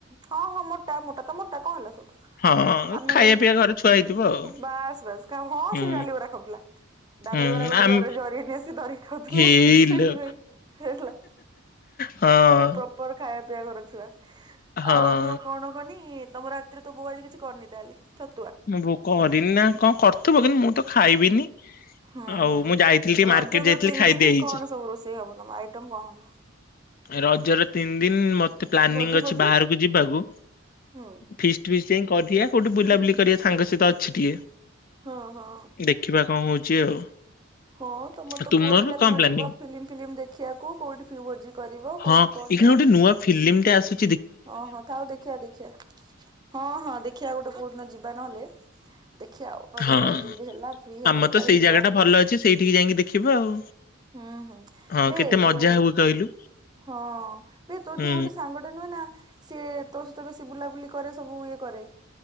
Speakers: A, on the right; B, on the left.
A: ହଁ ହଁ ମୋ ଟା ମୋଟା ତ ମୋଟା କଅଁ ହେଲା ସେଇ ଆମେ
B: ହଁ ଖାଇବା
A: ଏଇ
B: ପିଇବା ଘରେ ଛୁଆ ହେଇଥିବ ଆଉ।
A: ବାସ୍ ବାସ୍ କା ହଁ
B: ହୁଁ
A: ସେ ଡାଲି ବରା ଖାଉଥିଲା ଡାଲି
B: ହୁଁ
A: ବରା ଗୋଟେ
B: ଆମ୍
A: ଜରିରେ ଜରିଏ ନେଇଆସିଚି ଧରିକି ଖାଉଥିଲା
B: ହେଇଲୋ
A: ସେଇଥିପାଇଁ ହେଲା
B: ହଁ
A: ପୁରା ପ୍ରପର ଖାଇବା ସେ ଘର ଛୁଆ।
B: ହଁ।
A: ଆଉ ଯୋଉ କଣ କନି ତମ ରାତିରେ ତୋ ବୋଉ ଆଜି କିଛି କରିନି ତାହେଲେ ଛ
B: ଭୋକ ମରିନି ନା କଣ କରୁଥୁବ କିନ୍ତୁ ମୁଁ ତ ଖାଇବିନି
A: ହୁଁ
B: ଆଉ
A: ହୁଁ।
B: ମୁଁ ଯାଇଥିଲି ଟିକେ
A: ରଜ
B: ମାର୍କେଟ
A: ଯୋଉ
B: ଯାଇଥିଲି
A: ତିନି
B: ଖାଇଦିଇ
A: ଦିନି
B: ଆଇଚି,
A: କଣ ସବୁ ରୋଷେଇ ହବ ତମ ଆଇଟମ କଣ ହବ
B: ରଜର ତିନି ଦିନି ମତ୍ ମତେ ପ୍ଲାନିଂ
A: ଭୋଜି
B: ଅଛି
A: ଫୋଜି
B: ବାହାରକୁ ଯିବାକୁ
A: ହୁଁ।
B: ଫିଷ୍ଟ ଫିଷ୍ଟିଙ୍ଗି କରିିଥିଆ। କୋଉଠିୁ ବୁଲାବୁ ସାଙ୍ଗସହିତ ଅଛି ଟିକେ
A: ହଁ ହଁ।
B: ଦେଖିବା କଣ ହୋଉଚି। ଚି ଆଉ
A: ହଁ ତମର
B: ଆଉ
A: ତ
B: ତୁମର
A: ପୁଅ ପିଲା
B: କଣ
A: ତମର
B: ପ୍ଲାନିଂ?
A: ଯିବ ଫିଲ୍ମ ଫିଲିମ ଦେଖିବାକୁ କୋଉଠି ଫି ଭୋଜି କରିବ କୋଉଠି
B: ହଁ ଏଇଖିନେ
A: କଣ ତମର
B: ଗୋଟେ ନୂଆ ଫିଲ୍ମ ଟା ଆସୁ
A: ହଁ ହଁ ଥାଉ ଆଉ ଦେଖିବା ଦେଖିବା ହଁ ହଁ ଦେଖିବା ଗୋଟେ କୋଉ ଦିନ ଯିବା ନହେଲେ ଦେଖିବା ରଜ
B: ହଁ।
A: ଟାଇରେ ଯଦି ହେଲା ଫ୍ରି ହେଲେ
B: ଆମର ତ
A: ତାହଲେ
B: ସେଇ
A: ଯିବା
B: ଜାଗା ଟା ଭଲ ଅଛି ସେଇଠିକି ଯାଇକି ଦେଖିବା ଆଉ।
A: ହୁଁ ହୁଁ
B: ହଁ
A: ବେ
B: କେତେ ମଜା
A: ଯୋଉ
B: ହୁଏ କହିଲୁ
A: ହଁ ବେ ତୋର
B: ହୁଁ
A: ଯୋଉ ଗୋଟେ ସାଙ୍ଗଟେ ନୁହେଁ ନା ସିଏ ତୋ ସହିତ ବେଶୀ ବୁଲାବୁଲି କରେ ସବୁ ଇଏ କରେ।